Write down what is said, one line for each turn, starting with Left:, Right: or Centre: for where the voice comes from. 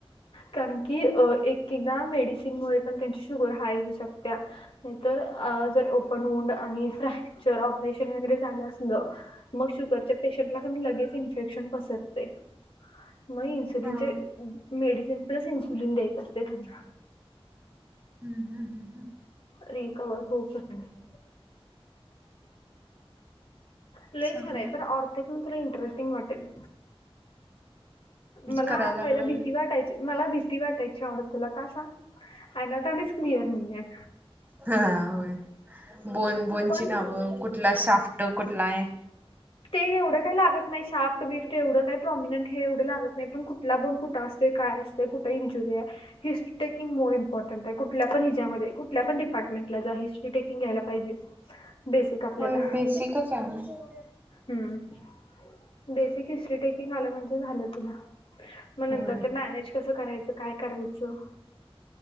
Left: कारण की अ एक एकदा मेडिसिनमुळे पण त्यांची शुगर हाय होऊ शकतिया. नाहीतर अ जर ओपनोंड आणि फ्रॅक्चर परेशन वगैरे झाल असल मग शुगरच्या पेशंटला कनी लगेच इन्फेक्शन पसरतय. मग इन्सुलिनचे
Right: हम्म
Left: मेडिसिन प्लस इन्सुलिन द्यायच असतय त्यांना
Right: हम्म हम्म हम्म हम्म
Left: रिकवर होऊ पर्यंत लय
Right: चांगलं
Left: छानय पण ऑर्थो घेऊन तुला इंटरेस्टिंग वाटेल. मला
Right: करायला
Left: पहिला
Right: लागल्यावर.
Left: भीती वाटायची मला भीती वाटायची ऑर्थोला का सांग? अँनाटॉनीस क्लिअर हुंदेत.
Right: हा हा होय बोन बोनची
Left: पण
Right: नावं कुठला शाफ्ट कुठलाय.
Left: ते एवढं काय लागत नाही शाफ्ट बिफ्ट एवढं काय प्रॉमिनंट हे एवढं लागत नाही पण कुठला बोन कुठ असतोय काय असतंय कुठं इंजुरीय हिस हे टेकिंग मोर इम्पॉर्टंटय कुल्यापण ह्यजामध्ये कुल्या पण डिपार्टमेंला जा हि टेकिंग घ्यायला पाहिजे बेसिक आपल्याला
Right: होय <unintelligible>
Left: हम्म बेसिक हिस्ट्री टेकिंग आलं म्हणजे झालं तुला मग नंतर
Right: होय
Left: ते मॅनेज कसं करायचं काय करायचं.